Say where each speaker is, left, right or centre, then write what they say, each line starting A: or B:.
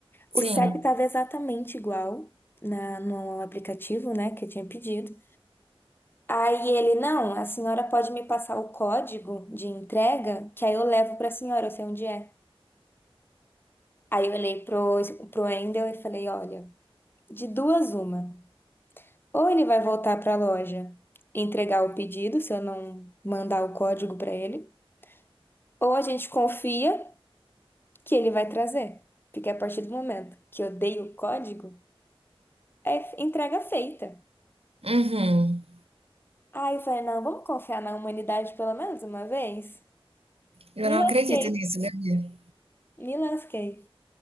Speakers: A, on the right; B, on the left.
A: Sim.
B: O CEP estava exatamente igual na, no aplicativo, né, que eu tinha pedido. Aí ele, não, a senhora pode me passar o código de entrega, que aí eu levo para a senhora, eu sei onde é. Aí eu olhei pro, pro Endel e falei, olha, de duas uma. Ou ele vai voltar para a loja e entregar o pedido, se eu não mandar o código para ele, ou a gente confia que ele vai trazer. Porque a partir do momento que eu dei o código, é entrega feita.
A: Uhum.
B: Aí eu falei, não, vamos confiar na humanidade pelo menos uma vez?
A: Eu
B: Me
A: não
B: lasquei,
A: acredito nisso, Gabi.
B: me lasquei.